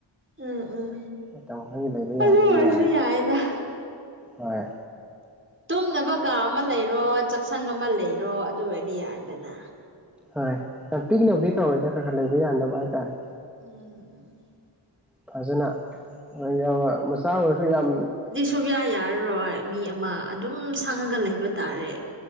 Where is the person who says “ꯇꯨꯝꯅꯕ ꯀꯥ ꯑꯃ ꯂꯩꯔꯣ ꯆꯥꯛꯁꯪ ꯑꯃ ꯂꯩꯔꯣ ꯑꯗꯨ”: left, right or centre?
Right